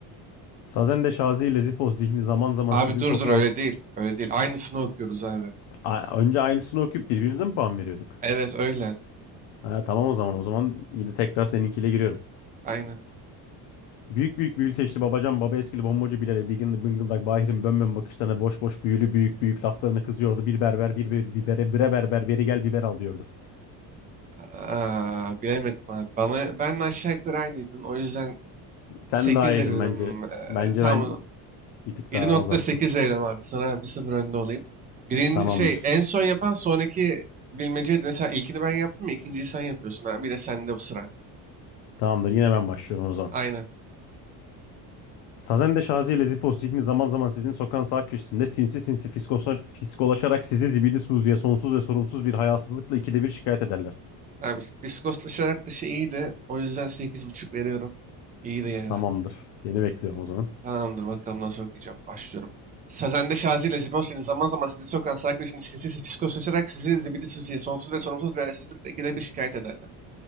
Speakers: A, on the left; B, on the right.
A: Sazen de Şazi ile Zifoz zihni zaman zaman
B: Abi
A: sizin
B: dur
A: sokağın...
B: dur öyle değil. Öyle değil. Aynısını okuyoruz abi.
A: A- önce aynısını okuyup birbirimize mi puan veriyorduk?
B: Evet öyle.
A: Ha, tamam o zaman. O zaman yine tekrar seninkiyle giriyorum.
B: Aynen.
A: Büyük büyük büyülteçli babacan baba eskili bombacı Bilal'e bigin bıngıldak Bahir'in bönbön bakışlarına boş boş büyülü büyük büyük laflarına kızıyordu. Bir berber bir bir bibere bire berber beri gel biber al diyordu.
B: Aa, bilemedim abi. Bana, ben aşağı yukarı aynıydın. O yüzden
A: Sen
B: 8
A: daha iyiydin
B: veriyorum.
A: bence.
B: Ee,
A: Bence
B: tamam
A: ben bir tık
B: yedi
A: daha
B: nokta
A: az yaptım.
B: sekiz veriyorum abi. Sana bir 0 önde olayım. Birinci
A: Tamamdır.
B: şey en son yapan sonraki bilmeceydi. Mesela ilkini ben yaptım ya ikinciyi sen yapıyorsun abi. Bir de sende bu sıra.
A: Tamamdır yine ben başlıyorum o zaman.
B: Aynen.
A: Sazen de Şazi ile Zifos zihni zaman zaman sizin sokağın sağ köşesinde sinsi sinsi fiskosla- fiskolaşarak sizi zibidi Suzi'ye sonsuz ve sorumsuz bir hayasızlıkla ikide bir şikayet ederler.
B: Abi fiskoslaşarak dışı iyiydi. O yüzden sekiz buçuk veriyorum. İyiydi yani.
A: Tamamdır. Seni bekliyorum o zaman.
B: Tamamdır bakalım nasıl okuyacağım. Başlıyorum. Sazende Şazi ile Zibosini zaman zaman sizi sokan Sarkozy'nin sinsi fiskoslaşarak sizi zibidi süzüye sonsuz ve sorumsuz bir ayasızlıkla ikide bir şikayet ederler.